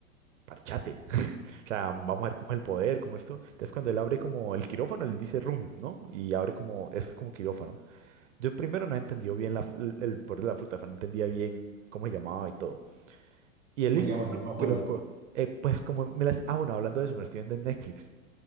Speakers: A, on the right; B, on the right.
A: parchate. <laughs> O sea, vamos a ver cómo es el poder, cómo esto. Entonces cuando él abre como el quirófano, él dice room, ¿no? Y abre como, eso es como quirófano. Yo primero no entendió bien la, f- el, el poder de la fruta, o sea, no entendía bien cómo se llamaba y todo. Y
B: ¿Cómo
A: él listo,
B: se llama?
A: ah,
B: Yo
A: no,
B: no me acuerdo.
A: que los... co- eh, pues como me las... Ah, bueno, hablando de eso, me lo estoy viendo en Netflix.